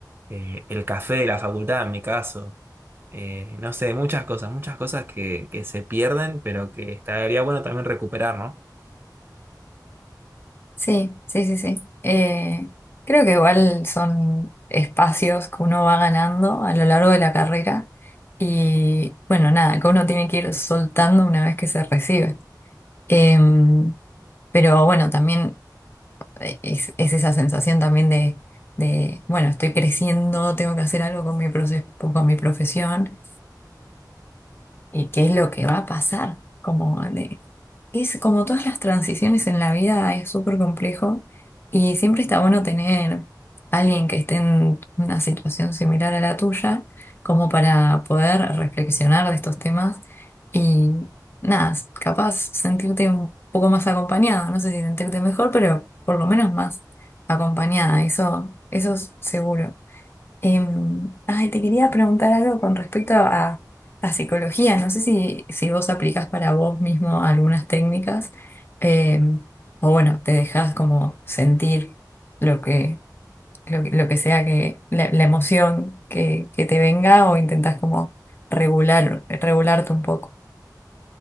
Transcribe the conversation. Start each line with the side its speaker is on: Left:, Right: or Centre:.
Right: Eh, el café de la facultad, en mi caso. Eh, no sé, muchas cosas, muchas cosas que, que se pierden, pero que estaría bueno también recuperar, ¿no?
Left: Sí, sí, sí, sí. Eh, creo que igual son espacios que uno va ganando a lo largo de la carrera y bueno, nada, que uno tiene que ir soltando una vez que se recibe. Em, pero bueno, también eh, es, es esa sensación también de, de, bueno, estoy creciendo, tengo que hacer algo con mi proces- con mi profesión y qué es lo que va a pasar. Como, de- es, como todas las transiciones en la vida es súper complejo y siempre está bueno tener alguien que esté en una situación similar a la tuya, como para poder reflexionar de estos temas y nada, capaz sentirte un poco más acompañado, no sé si sentirte mejor, pero por lo menos más acompañada, eso, eso es seguro. Em, ay, te quería preguntar algo con respecto a, a psicología. No sé si, si vos aplicás para vos mismo algunas técnicas em, o bueno, te dejás como sentir lo que, lo, que lo que sea que la, la emoción que, que te venga o intentás como regular, regularte un poco.